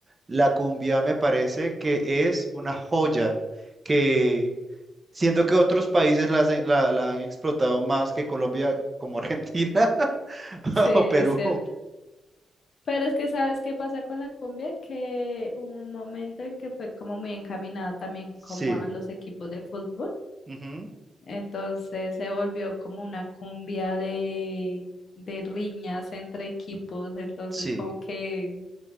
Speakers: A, on the right; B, on the left.
A: La cumbia me parece que es una joya que siento que otros países la, hacen- la la han explotado más que Colombia, como Argentina <laughs>
B: Sí, es
A: o Perú.
B: cierto. Pero es que sabes qué pasa con la cumbia, que hubo un momento en que fue como muy encaminada también
A: Sí,
B: como a los equipos de fútbol.
A: ujú,
B: Entonces se volvió como una cumbia de, de riñas entre equipos, entonces
A: sí,
B: como que